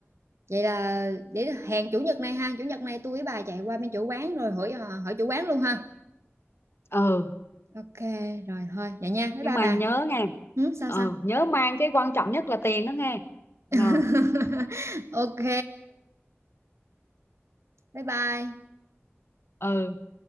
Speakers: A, on the right; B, on the left.
A: vậy là để hẹn chủ nhật này ha chủ nhật này tôi với bà chạy qua bên chủ quán rồi hỏi ờ, hỏi chủ quán luôn ha
B: ừ
A: ok rồi thôi vậy nha bye
B: nhưng
A: bye
B: mà
A: bà
B: nhớ nghe
A: ừ, sao
B: ờ
A: sao
B: nhớ mang cái quan trọng nhất là tiền đó nghe rồi
A: <laughs> ok bye bye
B: ừ